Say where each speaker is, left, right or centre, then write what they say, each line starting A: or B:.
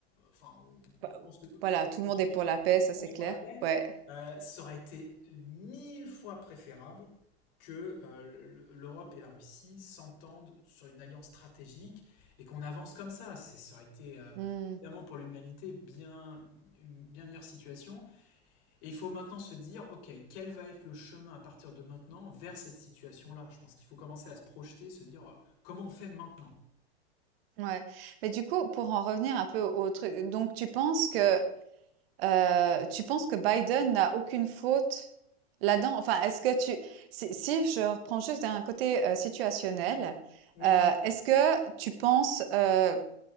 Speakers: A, on the left; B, on the right.
A: enfin, on
B: bah,
A: pense que,
B: voilà,
A: faut dire
B: tout le
A: que
B: monde
A: tout
B: est
A: le
B: pour
A: monde est,
B: la
A: tout
B: paix, ça, c'est
A: le monde
B: clair.
A: est pour la paix.
B: Ouais.
A: Euh, ça aurait été mille fois préférable que euh, le- l'Europe et la Russie s'entendent sur une alliance stratégique et qu'on avance comme ça. C'est- Ça aurait été euh,
B: Mmh.
A: évidemment pour l'humanité bien une bien meilleure situation. Et il faut maintenant se dire, ok, quel va être le chemin à partir de maintenant vers cette situation-là Je pense qu'il faut commencer à se projeter, se dire, euh, comment on fait maintenant
B: Ouais. Mais du coup, pour en revenir un peu au truc, donc tu penses que Heu, tu penses que Biden n'a aucune faute là-dedans? Enfin, est-ce que tu si si je reprends juste d'un côté, heu, situationnel,
A: Oui.
B: heu, est-ce que tu penses, heu,